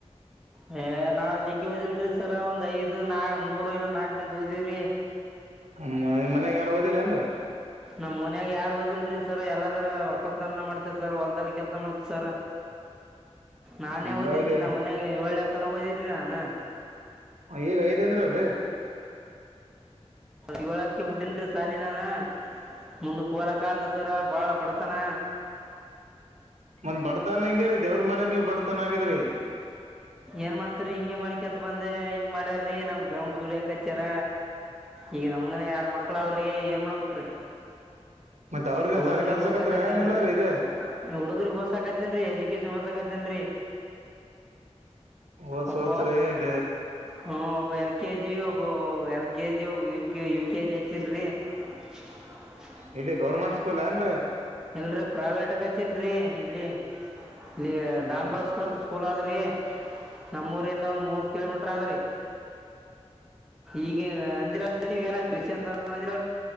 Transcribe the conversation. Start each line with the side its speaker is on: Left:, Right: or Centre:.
Centre: ಹ ನಾ ದಿಲ್ರರಿ ಸರ ಒಂದ್ ಐ್ ನಾ ಮೂರು ಇಲ್ಲ ನಾಕ್ನಂದ ಓದಿವವ್ರಿ
Right: ಹ್ಮ ಮನ್ಯಾಗ ಯಾರು ಹೋದಿಲ್ಲ ಅಏನ್ರಿ
Centre: ನಮ್ ಮನ್ಯಾಗ ಯಾರು ಹಓದಿಲ್ರರಿ ಸರ್ ಎಲ್ಲಾರ ಒಕ್ಕಕಲ್ತನ ಮಾಡ್ತೇವ ಸರ್ ಹೊಲ್ದಲ್ಲಿ ಕೆಲ್ಸ ಮಾಡ್ತೇ್ ಸರ ನಾನೇ
Right: ಹಂಗಾಗಿ
Centre: ಓದನ್ೀ ನಮ್ಮ ಮನೆಾಗ ಏಳ್ೆದ ತನ ಓದನ್ರಿ ನಾನು
Right: ಈಗ ಐದ ಅಂದ್ರ ಅಲ್ರಿ
Centre: ಇವಳದ್ಕ ಬಿಟ್ಟೇನ್ರಿ ಸಾಲಿನಾನ ಮುಂದ ಕೋಲ ಕಲ್ಸರ ಬಾಳ ಬಡತನ
Right: ಒಂದ್ ಬಡತನ ಹಿಂಗ್ಯ ರೀ ದೇವ್ರ ಮಾಡಿ ನೀ್ ಬಡತನ್ ಆಗದ್ರರಿ
Centre: ಏನ್ ಮಾಡ್ತರಿ ಹಿಂಗಗೆ ಮಾಡ್ಕಂತ ಬಂದೆ ಹಿಂಗ್ ಮಾಡ್ಯ್ರೀ ನಮ್ ಬೆಂಡ ದುಡ್ಯಾಕ ಹಚ್ಚಾರ ಈಗ ನಮಗನ ಎರಡ್ ಮಕ್ಳ ಅವ್ರಿ ಏನ್ ಮಾಡಬೇಕ್ರಿ
Right: ಮತ್ ಅವ್ರಿಗೇನ್
Centre: ಹುಡುಗ್ರಗ್
Right: ಸಾಲಿ ಕಲ್ಸಕತ್ರಿ
Centre: ಹೋಸಾಕತಿನ್ರರಿ
Right: ಏನಿಲ್ಲ ರೀ ಇದೇ
Centre: ಹುಡುಗ್ರಗ್ ಹೋಸಾಕತಿ ೇನ್ೀ ಎಜುಕೇಶನ್ ಹೊಓಸಕತೇನ್ರಿ
Right: ಓದ್ಸ್
Centre: ಒಬ
Right: ಓದ್ಸ್ರಿ
Centre: ಹ ಎಲ್ ಕೆ ಜಿ ಒಬ ಎಲ್ ಕೆ ಜಿ ಒಬ್ ಯ ಕೆ ಯು ಕೆ ಜಿ ಹಚ್ಚನ್ ರೀ <unintelligible>
Right: ಇಲ್ಲಿ ಗೌರ್ಮೆಂಟ್ ಸ್ಕೂಲ್ ಏ
Centre: ಎಲ್ರೀ ಪ್ರೈವೇಟ್ಕ ಹತನ್ ರೀ ಇಲ್ಲಿ ಇಲ್ಲಿ
Right: ಹ
Centre: ನಾನ್ ಬಾಸ್ಕರ್ ಅಂತ ಸ್ಕೂಲ್ ಆದ್ರಿ ನಮ್ಮೂರಿಂದ ಒಂದ್ ಮೂವತ್ ಕಿಲೋಮೀಟರ್ ಆದ್ರರಿ ಈಗ ಅಂದಿರಾ ನೀವ ಏನ ಕೃಷಿ ಅಂದಂದಿರಾ